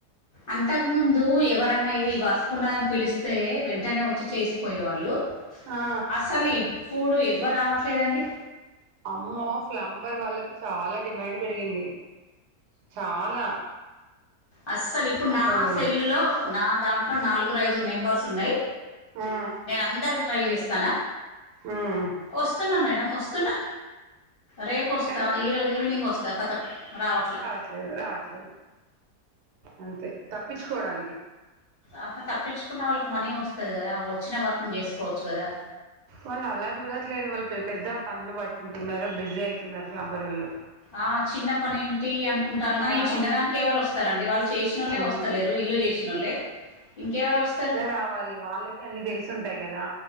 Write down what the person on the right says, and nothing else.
ఆ
అమ్మో ప్లంబర్ వాళ్ళకు చాలా డిమాండ్ పెరిగింది చాలా
అసలు
ఆ
ఉమ్
కాదు
రాట్లేదు రావట్లేదు అంతే తప్పించుకోవడానికి
వళ్ళు అలా చూడట్లేదు వళ్ళు పెపెద్ద పనులు వట్టుకుంటున్నరు బిజీ అయితున్నరు ప్లంబరోళ్లు
రావట్లే
ఆ
కావాలి వాళ్ళకి అన్నీ తెలుసు ఉంటాయి కదా